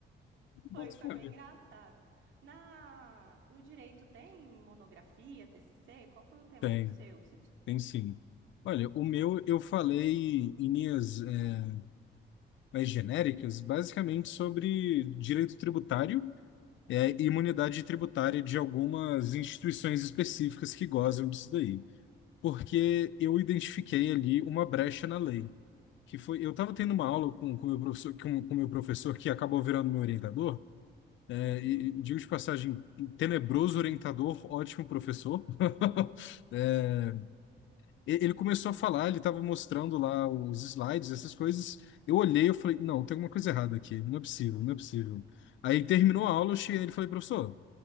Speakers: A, on the right; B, on the left.
A: Foi,
B: Boto
A: foi
B: fé.
A: bem engraçado. Na, no direito tem monografia, TCC? Qual foi o tema
B: Tem,
A: do seu? Cid?
B: tem sim. Olha, o meu eu falei em linhas é, mais genéricas, basicamente sobre direito tributário é, e imunidade tributária de algumas instituições específicas que gozam disso daí. Porque eu identifiquei ali uma brecha na lei. que foi, eu estava tendo uma aula com com meu professor, com, com meu professor que acabou virando meu orientador. É,
A: Uhum,
B: e, e digo de passagem, tenebroso orientador, ótimo professor. <laughs> É, e- ele começou a falar, ele estava mostrando lá os slides, essas coisas. Eu olhei, eu falei, não, tem alguma coisa errada aqui, não é possível, não é possível. Aí terminou a aula, eu cheguei nele e falei, professor,